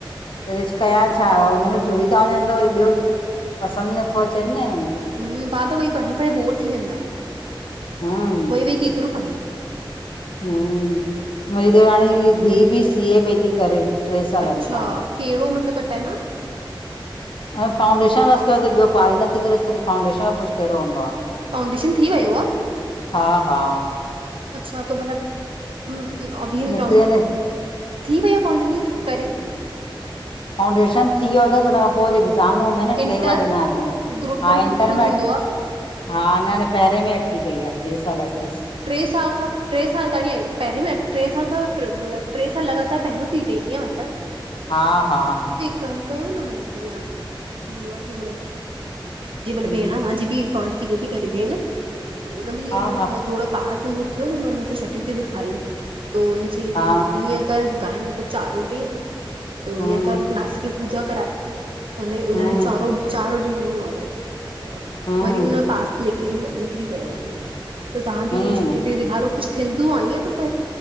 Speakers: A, on the left (about 70°); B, on the right (about 80°).
A: तॾिज़ कयां छा! हुनमें जुड़ी ता वञन त वरी ब्यो पसंद भी नथो अचेन न हिनन खे।
B: हूंम! बार-बार वई पढ़े-पढ़े बोर थी वेंदा आहेन,
A: हम्म
B: वई-वई केतरो पढ़े।
A: हुम! मुई ॾेराणी धीं बि सी ए पई ती करे। टे सालनि
B: अच्छा,
A: खां
B: केड़ो मतलब ॿ टाइम!
A: ऐं फ़ाउंडेशन बस कयो तई, ब्यो पार ही नथ़ी करे सघे फ़ाउंडेश त कुछ थ़ेड़ो हूंदो आ!
B: फाउंडेशन थी वियो आहे
A: हा-हा
B: अच्छा तो मतलब अभी ऩ,
A: निकिरे न
B: थी वया फ़ाउन्डेशन कि थि! करेती।
A: फ़ाउंडेशन थियो तस हुंन यो, पो जेके एग्ज़ाम हूंदा आए न,
B: इंटर
A: ट्रे बार ॾिनां तई
B: ग्रुप
A: हाणे
B: वन ग्रुप
A: इंटरमेट
B: टू थींदो आहे
A: हा! न-न पेहरें में अटकी पई आ ट्रे साल थ्यस।
B: ट्रे साल खां ट्रे साल ताणि एन पहेरें में अट, ट्रे साल खां मतलब ट्रे साल लगातार पहेरयों थी तई ईअं मतलब। <unintelligible>
A: हा-हां-हां
B: कम कयूं न मतलब ईअं थींदो आ की मतलब ज़ेमल
A: हम्म
B: भेण आवाज़ बि पह तिऐं ती करे भेण। उन्न में इय
A: हा
B: मतलब
A: हा
B: थोड़ो पास हूंदो थ्यो न बोलना तो छठी ते भी खाई तो उन जे चई
A: हा
B: कि हिअ कर गाय के कुछ चारो ॾे, तो हिअ
A: हम्म
B: कर नास कि प पूजा कराए त उंनै
A: हम्म
B: उनयो चारो, चारो ॾी नई और त
A: हम्म
B: वरी उनयो पास निकली वन, निकरी वयो आ ईअं! त तहां बि
A: हम्म
B: ईअ छठी ॾई ॾेख़ारो कुछ थींदू आह ईअं त पर